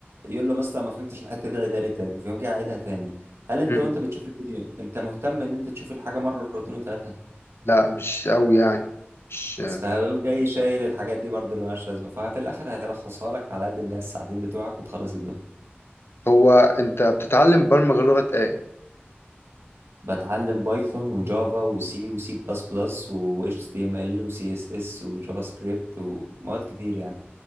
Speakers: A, on the right; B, on the left.
A: يقول له مثلا ما فهمتش الحتة دي عيدها لي تاني فيقوم جاي عيدها تاني هل انت
B: مم.
A: وانت بتشوف الفيديو انت مهتم ان انت تشوف الحاجة مرة واتنين وتلاتة
B: لا مش أوي يعني مش
A: بس فهيقوم جاي شايل الحاجات دي برضه اللي مالهاش لازمة ففي الآخر هيلخصها لك على قد الناس الساعتين بتوعك وتخلص الدنيا
B: هو أنت بتتعلم برمجة لغة إيه؟
A: بتعلم بايثون وجافا وسي وسي بلس بلس و HTML و CSS وجافا سكريبت ومواد كتير يعني